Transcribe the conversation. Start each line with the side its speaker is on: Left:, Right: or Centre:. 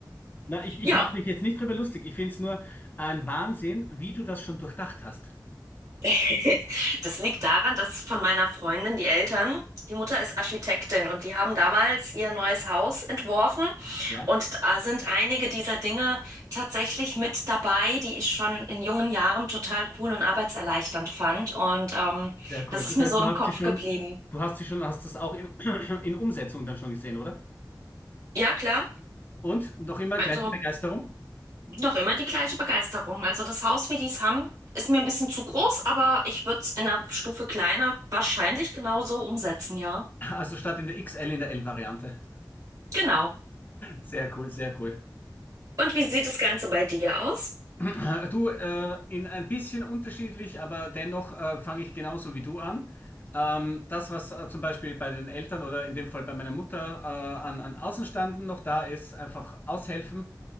Left: Na, ich, ich
Right: Ja,
Left: mache mich jetzt nicht drüber lustig. Ich finde es nur ein Wahnsinn, wie du das schon durchdacht hast.
Right: <laughs> Das liegt daran, dass von meiner Freundin die Eltern, die Mutter ist Architektin und die haben damals ihr neues Haus entworfen
Left: Ja.
Right: und da sind einige dieser Dinge tatsächlich mit dabei, die ich schon in jungen Jahren total cool und arbeitserleichternd fand und ähm,
Left: Sehr
Right: das
Left: cool. Das
Right: ist mir
Left: heißt,
Right: so
Left: du
Right: im
Left: hast
Right: Kopf
Left: sie schon,
Right: geblieben.
Left: du hast sie schon, hast das auch in, <clears throat> in Umsetzung dann schon gesehen, oder?
Right: Ja, klar,
Left: Und noch immer
Right: also
Left: gleiche Begeisterung? <laughs>
Right: noch immer die gleiche Begeisterung. Also das Haus, wie die es haben, ist mir ein bisschen zu groß, aber ich würde es in einer Stufe kleiner wahrscheinlich genauso umsetzen, ja.
Left: Also statt in der XL in der L-Variante.
Right: Genau.
Left: Sehr cool, sehr cool.
Right: Und wie sieht das Ganze bei dir aus?
Left: <clears throat> Du, äh, in ein bisschen unterschiedlich, aber dennoch äh, fange ich genauso wie du an. Ähm, das, was äh, zum Beispiel bei den Eltern oder in dem Fall bei meiner Mutter äh, an, an Außenstanden noch da ist, einfach aushelfen.